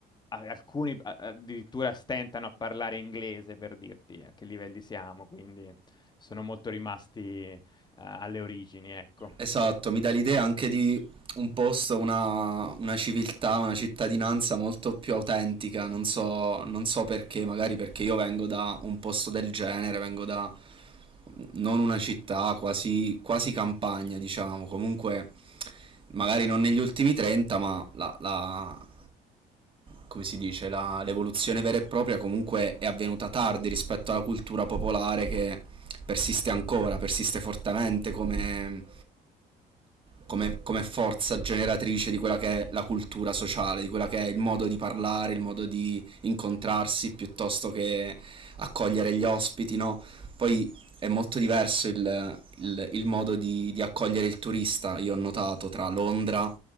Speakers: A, on the left (about 25°); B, on the right (about 30°).
A: a- alcuni a- addirittura stentano a parlare inglese per dirti a che livelli siamo, quindi sono molto rimasti eh, alle origini, ecco.
B: Esatto, mi dà l'idea anche di un posto, una, una civiltà, una cittadinanza molto più autentica, non so, non so perché, magari perché io vengo da un posto del genere, vengo da non una città, quasi, quasi campagna, diciamo, comunque magari non negli ultimi 30, ma la, la- come si dice, la- l'evoluzione vera e propria comunque è avvenuta tardi rispetto alla cultura popolare che persiste ancora, persiste fortemente come come, come forza generatrice di quella che è la cultura sociale, di quella che è il modo di parlare, il modo di incontrarsi piuttosto che accogliere gli ospiti, no? Poi è molto diverso il, il- il modo di, di accogliere il turista, io ho notato, tra Londra,